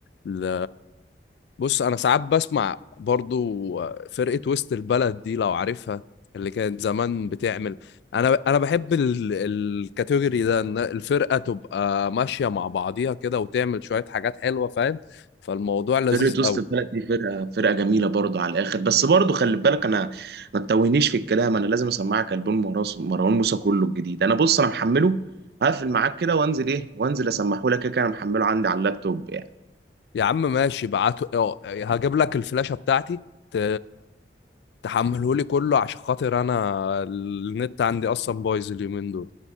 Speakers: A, on the left (about 70°); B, on the right (about 60°).
A: ل... بص أنا ساعات بسمع برضو آه، فرقة وسط البلد دي لو عارفها اللي كانت زمان بتعمل أنا أنا بحب ال... الكاتيجوري ده إن الفرقة تبقى ماشية مع بعضيها كده وتعمل شوية حاجات حلوة فاهم فالموضوع لذيذ
B: فرقة وسط
A: قوي
B: البلد دي فرقة فرقة جميلة برضه على الآخر بس برضه خلي بالك أنا ما تتوهنيش في الكلام أنا لازم أسمعك ألبوم مراس- مروان موسى كله الجديد أنا بص أنا محمله هقفل معاك كده وأنزل إيه وأنزل أسمحه لك كده كده أنا محمله عندي على اللابتوب يعني.
A: يا عم ماشي بعته آه، هجيب لك الفلاشة بتاعتي ت... تحمله لي كله عشان خاطر أنا النت عندي أصلا بايظ اليومين دول